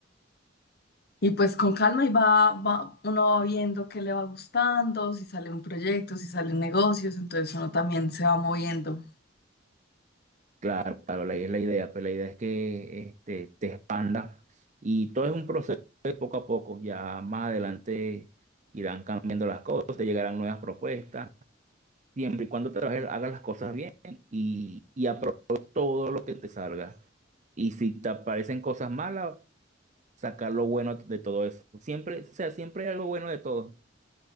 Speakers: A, on the left; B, on the right.
A: y pues con calma y va, va- uno va viendo qué le va gustando, si sale un proyecto, si salen negocios, entonces uno también se va moviendo.
B: Claro, claro, la, es la idea, pero la idea es que este, te expandas y todo es un proceso de poco a poco. Ya más adelante irán cambiando las cosas, te llegarán nuevas propuestas, siempre y cuando trabajes, hagas las cosas bien y, y aproveches todo lo que te salga. Y si te aparecen cosas malas, sacar lo bueno de todo eso. Siempre, o sea, siempre hay algo bueno de todo.